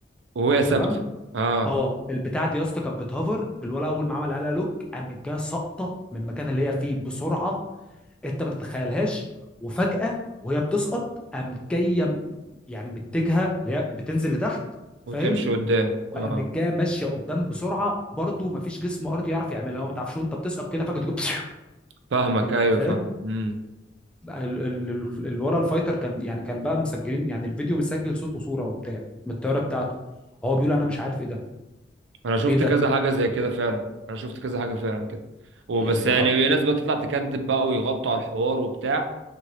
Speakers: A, on the right (about 80°); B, in the centre.
A: وهي ثابته
B: تمام
A: اه
B: اه البتاع دي يا اسطى كانت بتهوفر الولا اول ما عمل عليها لوك قامت جايه ساقطه من المكان اللي هي فيه بسرعه انت ما تتخيلهاش وفجاه وهي بتسقط قام جايه م- يعني متجهه اللي هي بتنزل لتحت فاهم
A: وتمشي قدام
B: وقامت
A: اه
B: جايه ماشيه قدام بسرعه برضو ما فيش جسم ارضي يعرف يعملها هو ما تعرفش وانت بتسقط كده فجاه تجيب <laughs>
A: فاهمك
B: انت
A: ايوه
B: فاهم
A: فاهم مم.
B: بقى ال- ال- ال- الولا الفايتر كان يعني كان بقى مسجلين يعني الفيديو مسجل صوت وصوره وبتاع من الطياره بتاعته هو بيقول انا مش عارف ايه ده
A: انا شفت
B: ايه ده
A: كذا حاجه زي كده فعلا انا شفت كذا حاجه فعلا كده وبس
B: يعني
A: يعني
B: ح-
A: في ناس بقى تطلع تكذب بقى ويغطوا على الحوار وبتاع